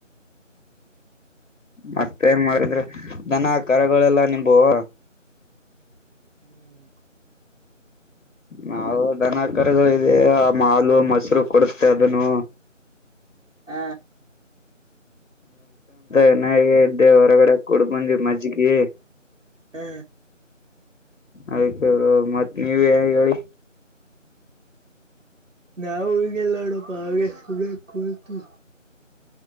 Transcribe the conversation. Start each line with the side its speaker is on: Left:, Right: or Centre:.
Left: ಮತ್ತೆ ನ್ ಮಾಡಿದ್ರೆ ದನ ಆಕಾರಗಳೆಲ್ಲಾ ನಿಂಬುವ
Right: ಹ್ಮ್
Left: ನಾವು ದನ ಕರೆದು ಇ ಆ ಮಾಲು ಮೊಸರು ಕೊಡುತ್ತೆ ಅದನ್ನು
Right: ಹ
Left: ಎನಾಗ ಇದ್ದೆ ಹೊರಗಡೆ ಕುಡ್ಬಂದಿ ಮಜ್ಜಿಗೆ
Right: ಹ
Left: ಆಯ್ತು ಮತ್ತ್ ನೀವ ಹೇಳಿ
Right: ನಾವವು ಈಗೆಲ್ಲ ನಡಪ್ಪ ಹಾಗೆ ಸುಗ ಕುತು